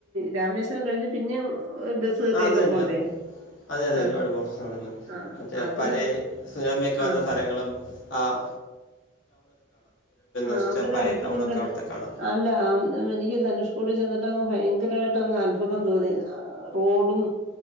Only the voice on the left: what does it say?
ആ അത് തന്നെയാ
അതെ അതെ
ഒരുപാട് <unintelligible>
മറ്റേ
പഴേ സുനാമിയൊക്കെ വന്ന
സ്ഥലങ്ങളും ആഹ്
നശിച്ച
പഴയ
ടൗണൊക്കെ
അവിടുത്തെ കാണാം